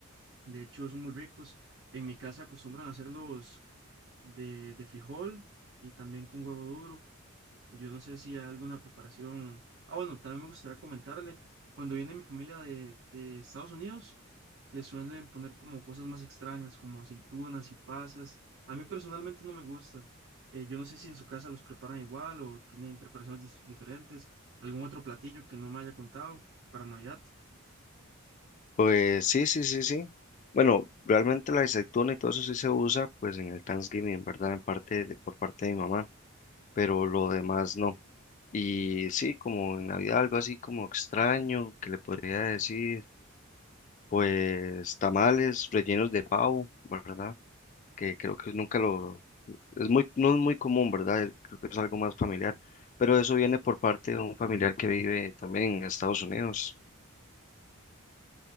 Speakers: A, on the right; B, on the left.
A: de hecho son muy ricos. En mi casa acostumbran a hacerlos de, de frijol y también con huevo duro. Yo no sé si hay alguna preparación. Ah, bueno, también me gustaría comentarle, cuando viene mi familia de, de Estados Unidos, le suelen poner como cosas más extrañas, como aceitunas y pasas. A mí personalmente no me gusta. Eh, yo no sé si en su casa los preparan igual o tienen preparaciones dis- diferentes, algún otro platillo que no me haya contado para Navidad.
B: Pues sí, sí, sí, sí. Bueno, realmente la aceituna y todo eso sí se usa pues en el Thanksgiving, ¿verdad? En parte de- por parte de mi mamá, pero lo demás no. Y sí, como en Navidad algo así como extraño que le podría decir. pues tamales rellenos de pavo, ¿verdad? Que creo que nunca lo, es muy, no es muy común, ¿verdad? Creo que es algo más familiar, pero eso viene por parte de un familiar que vive también en Estados Unidos.